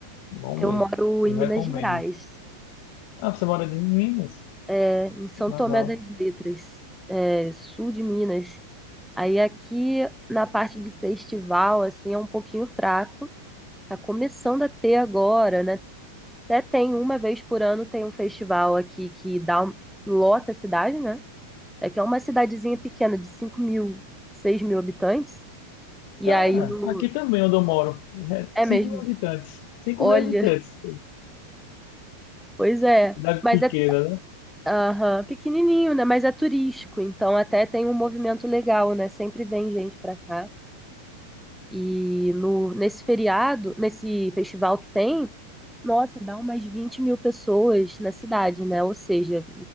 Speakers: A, on the left; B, in the centre.
A: Bom mesmo.
B: Eu moro
A: Eu
B: em Minas
A: recomendo.
B: Gerais.
A: Ah, você mora em Minas?
B: é, em São
A: Legal.
B: Tomé das Letras, é, sul de Minas. Aí aqui na parte de festival, assim, é um pouquinho fraco. Tá começando a ter agora, né? Até tem uma vez por ano tem um festival aqui que dá um- lota a cidade, né? É que é uma cidadezinha pequena de cinco mil, seis mil habitantes. E
A: Cara,
B: aí no...
A: aqui também onde eu moro, é
B: É
A: 5
B: mesmo.
A: mil habitantes. 5
B: Olha,
A: mil habitantes,
B: <laughs> pois é.
A: cidade
B: Mas
A: pequena,
B: é
A: né?
B: aham, pequenininho, né? Mas é turístico, então até tem um movimento legal, né? Sempre vem gente pra cá. E no, nesse feriado, nesse festival que tem, nossa, dá umas vinte mil pessoas na cidade, né? Ou seja,